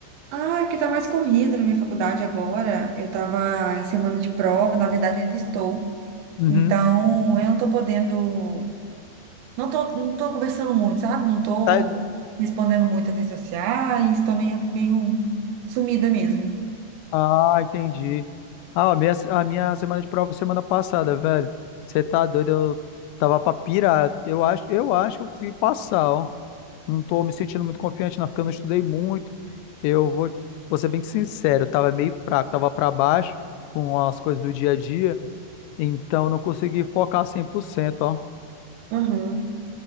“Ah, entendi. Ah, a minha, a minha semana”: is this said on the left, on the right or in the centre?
Left